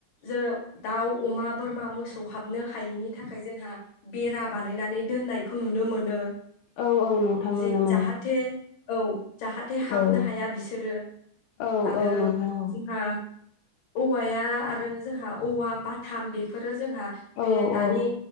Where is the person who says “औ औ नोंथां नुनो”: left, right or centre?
Left